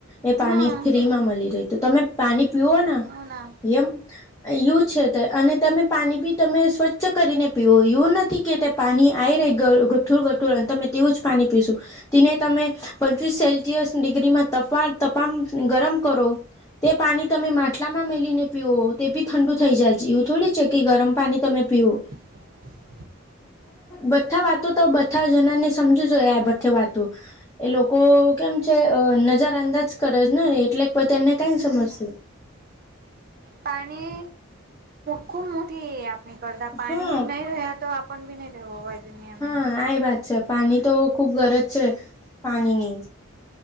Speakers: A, on the left; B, on the right.
A: એ પાણી
B: હા
A: ફ્રીમાં મળી રહે. તો, તમે પાણી પીવ
B: હ ના
A: એમ યું છે તે, અને તમે પાણી બી તમે સ્વચ્છ કરીને પીવો, એવું નથી કે તે પાણી આવી ગઠુર-ગઠુર અને તમે તેવું જ પાણી પીશું. તેને, તમે પચચીસ સેલ્સિયસ ડિગ્રીમાં તપમાન પર ગરમ કરો. તે, પાણી તમે માટલામાં મેલીને પીઓ, તે બી ઠંડુ થઈ જાય છે. એવું થોડુ છે, કે ગરમ પાણી તમે પીવો.
B: <inaudible>
A: બધી વાતો તો બધા જનાને સમજવું જોઈએ. આ બ થવાતું એ લોકો કેમ છે, નજર અંદાજ કરે ને? એટલે ત એને કઈ સમજતું
B: પાણી ખુબ મોટી નીકળતા પાણી
A: હા
B: નહી રહ્યા તો આપણ બી નહી રહેવવા દુનિયામે
A: હા આ વાત છે પાણી તો ખુબ ગરજ છે પાણીની